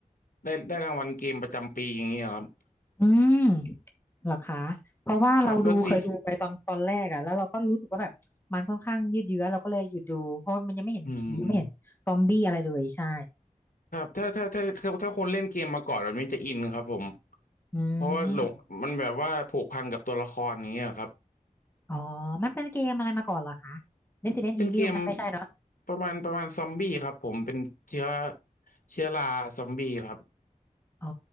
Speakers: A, on the left (about 75°); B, on the left (about 15°).
A: ได้ได้รางวัลเกมประจำปีอย่างเงี้ยครับ
B: อืมเหรอคะเพราะว่าเราดูเคยดูไปตอนตอนแรกอะแล้วเราก็รู้สึกว่าแบบมันค่อนข้างยืดเยื้อเราก็เลยหยุดดูเพราะมันยังไม่เห็นผีไม่เห็นซอมบี้อะไรเลยใช่
A: ครับแล้วซีอืมครับถ้าถ้าถ้าถ้าถ้าคนเล่นเกมมาก่อนแบบนี้จะอินครับผม
B: อื
A: เพราะว่าหลงมันแบบว่าผูกพันกับตัวละครอย่างเงี้ยครับ
B: มอ๋อมันเป็นเกมอะไรมาก่อนเหรอคะ Resident
A: เป็นเกม
B: Evil ไหมไม่ใช่เนอะ
A: ประมาณประมาณซอมบี้ครับผมเป็นเชื้อเชื้อราซอมบี้ครับ
B: อ๋อ